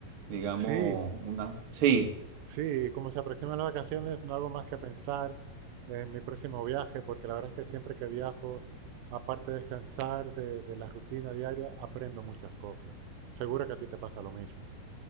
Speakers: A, on the right; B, on the right.
A: Digamos,
B: Sí,
A: una... Sí,
B: sí, como se aproximan las vacaciones, no hago más que pensar en mi próximo viaje, porque la verdad es que siempre que viajo, aparte de descansar de, de la rutina diaria, aprendo muchas cosas. Seguro que a ti te pasa lo mismo.